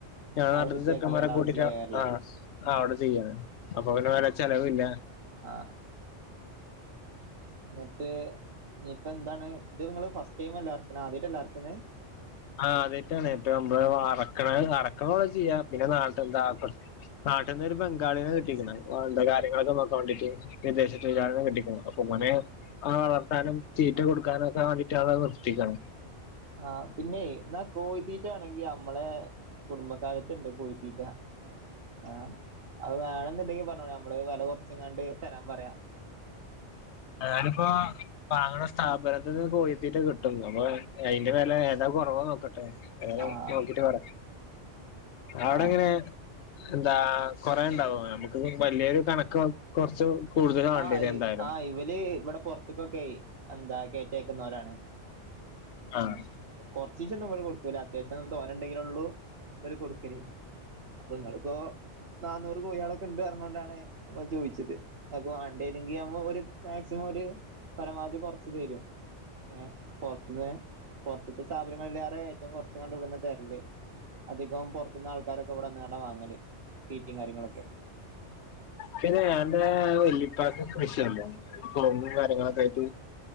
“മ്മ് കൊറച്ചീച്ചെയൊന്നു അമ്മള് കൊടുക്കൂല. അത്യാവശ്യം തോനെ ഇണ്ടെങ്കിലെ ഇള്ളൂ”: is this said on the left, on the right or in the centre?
Right